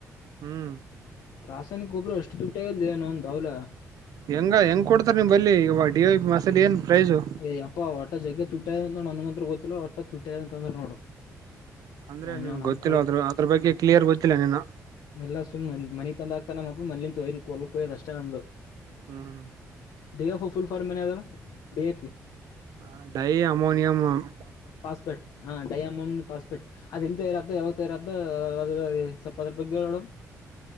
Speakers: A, on the right; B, on the left.
A: ಹ್ಮ್
B: ರಾಸಾಯನಿಕ ಗೊಬ್ಬರ ಎಷ್ ತುಟ್ಟ ಲೆ ನೌನ್ ದೌಲ
A: ಹೆಂಗ ಹೆಂಗ್ ಕೊಡ್ತಾರ ನಿಮ್ ಬಲ್ಲಿ ಡಿ ವೈ ಬಿ ಮಸಾಲ ಏನ್ ಪ್ರೈಸು
B: ಏಯ್ ಯಪ್ಪ ಓಟ್ಟ ಜಗ್ಗೆ ತುಟ್ಟ ಆಗ್ಯದ್ ನೋಡ್ ನನಗಂತ್ರ ಗೊತ್ತಿಲ್ಲ ಓಟ್ಟ ತುಟ್ಟ್ಯಾದ ಅಂತಂದ್ರ ನೋಡು.
A: ಅಂದ್ರೆ
B: ನಾ ಇನ್ನ
A: ನಿಂಗ್
B: ನಾವ್
A: ಗೊತ್ತಿಲ್ಲ ಆದ್ರು ಅದ್ರ ಬಗ್ಗೆ ಕ್ಲಿಯರ್ ಗೊತ್ತಿಲ್ಲ ನೀನು.
B: ಎಲ್ಲಾ ಸುಮ್ನೆ ಇಲ್ ಮನಿಗ್ ತಂದ ಆಗ್ತನ ನಮ್ಮಪ್ಪ ಮನ್ಲಿಂದ್ ಹೊಲಕ್ಕೋಯದ್ ಅಷ್ಟೇ ನಮ್ದು.
A: ಹ್ಮ್
B: ಡಿ ಫ್ ಫುಲ್ ಫಾರ್ಮ್ ಏನದ್ ಹೇಳ್ ಡಿ ಐ ಪಿ
A: ಹ ಡೈ ಅಮೋನಿಯಂಮಮ್
B: ಪಾಸ್ಪೆಟ್ ಹಾ ಡಯಾಮಮ್ ಪಾಸ್ ಪೀಟ್ ಅದು ಇಲ್ದೇ ಇರದ್ ಯಾವಾಗ ತರದ್ದ್ ಅದ್ರ್ ರ್ ಸ್ವಲ್ಪ ಅದ್ರ್ ಬಗ್ಗೆ ಹೇಳು.